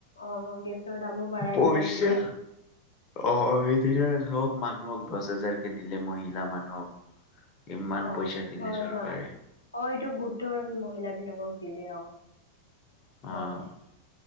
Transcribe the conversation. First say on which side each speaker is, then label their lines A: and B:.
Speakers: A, on the left; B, on the left.
A: অ', গেছৰ দামো বাঢ়াই
B: পইচা
A: দিলে এতিয়া।
B: অ', সেইদিনা চব মানুহক দছ হাজাৰকে দিলে মহিলা মানুহক। ইমান
A: অ',
B: পইচা দিলে
A: হয়,
B: চৰকাৰে
A: হয়। অ', এইটো গোটৰ মহিলা বিলাকক দিলে অ'।
B: অ'।
A: হয়।